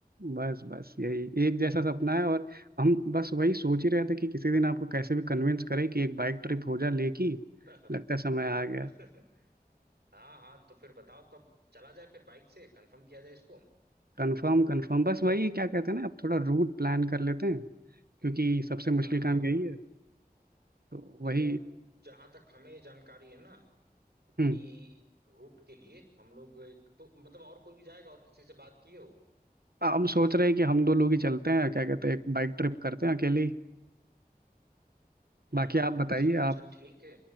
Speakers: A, on the right; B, on the right.
A: बस बस यही एक जैसा सपना है और हम बस वही सोच ही रहे थे कि किसी दिन आपको कैसे भी कन्विंस करें कि एक बाइक ट्रिप हो जा ले की
B: <laughs>
A: लगता है समय आ गया
B: <laughs> हाँ हाँ तो फिर बताओ तब चला जाए फिर बाइक से कंफर्म किया जाए इसको
A: Confirm confirm बस वही क्या कहते हैं ना अब थोड़ा रूट प्लान कर लेते हैं क्योंकि सबसे मुश्किल
B: हाँ हाँ
A: काम यही है तो
B: देखो
A: वही
B: जहां तक हमें जानकारी है ना
A: हम्म
B: कि रूट के लिए हम लोग एक तो मतलब और कोई भी जाएगा और किसी से बात किए हो
A: हम सोच रहे हैं कि हम दो लोग ही चलते हैं क्या कहते हैं एक बाइक ट्रिप करते हैं अकेले
B: हम्म
A: बाकी आप बताइए
B: चलो अच्छा
A: आप
B: ठीक है